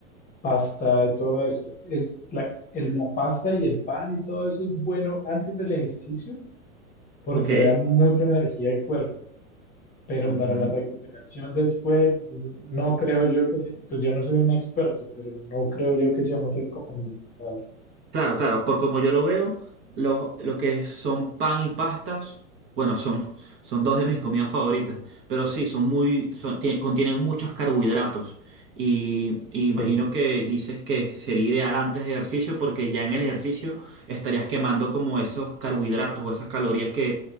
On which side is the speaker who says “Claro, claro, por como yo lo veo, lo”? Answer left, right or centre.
Right